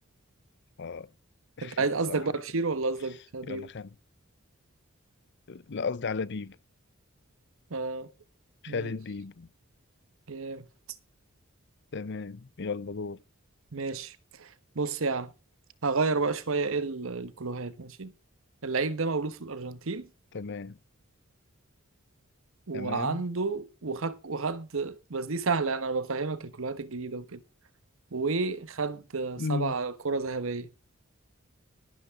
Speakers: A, on the left; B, on the right.
A: اه <laughs>
B: انت عايز قصدك
A: صح
B: بقى
A: كده
B: بشيرو ولا قصدك حبيب
A: يلا خان لا قصدي على بيبو
B: اه
A: خالد
B: ماشي
A: بيبو
B: جامد.
A: تمام يلا دور
B: ماشي بص يا عم هغير بقى شوية ايه ال- الكلوهات ماشي اللعيب ده مولود في الأرجنتين
A: تمام
B: وعنده
A: تمام
B: وخد وخد بس دي سهلة أنا بفهمك الكلوهات الجديدة وكده وخد سبع
A: أمم.
B: كرة ذهبية